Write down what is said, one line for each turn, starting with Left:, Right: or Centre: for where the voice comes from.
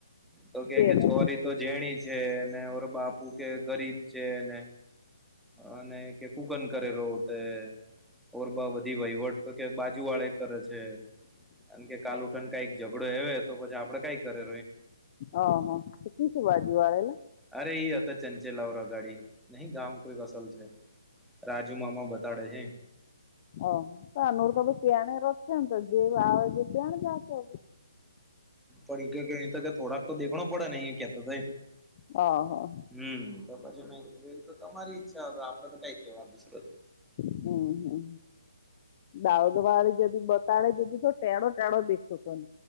Centre: તો કે કે
Left: ને.
Centre: ચોરી તો જેણી જ છે ને ઓ બાપુ કે ગરીબ છે ને અને કૂકન કરેલો તે ઓર બધી વહીવટ તો કે બાજુ વાળે કરે છે કારણ કે કાલ ઉઠન કઈક ઝઘડો હ તો પછી આપડે કઈ કરે
Left: ઓહ કી થ વાજવાે ના
Centre: અરે ઈ હતા ચંચેલાવરા ગાડી નહી ગામ કોઈક અસલ છે રાજુ મામા બતાડે છે
Left: ઓો તો આ નરું તમે પેંણી રખને તો જે આ જે પંણી જા હો
Centre: પડી અહી ત થોડા તો દેખણ પડ નહીં કેતા થ
Left: હ હા
Centre: હમ તો પછી મેંધ તો તમારી ઈચ્છા હ આપડે તો કઈ કેવા દસરો
Left: હમ હમ દાઉદ વાળે જદી બતાળે જદી તો ટેણો ટાણો દેસો તને